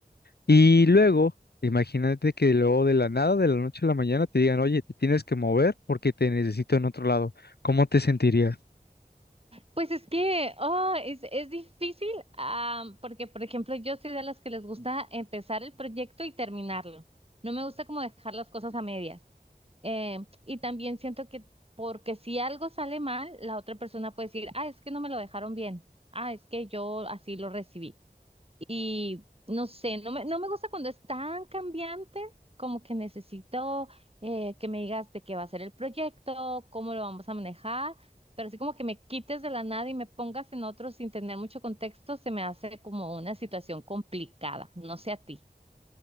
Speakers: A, on the left; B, on the right.
A: Y luego, imagínate que luego de la nada, de la noche a la mañana, te digan, oye, te tienes que mover porque te necesito en otro lado. ¿Cómo te sentirías?
B: Pues es que oh, es, es difícil ah, porque, por ejemplo, yo soy de las que les gusta empezar el proyecto y terminarlo. No me gusta como dejar las cosas a medias. Eh, y también siento que porque si algo sale mal, la otra persona puede decir, ah, es que no me lo dejaron bien, ah, es que yo así lo recibí. Y no sé, no me, no me gusta cuando es tan cambiante, como que necesito eh, que me digas de qué va a ser el proyecto, cómo lo vamos a manejar, pero así como que me quites de la nada y me pongas en otro sin tener mucho contexto, se me hace como una situación complicada, no sé a ti.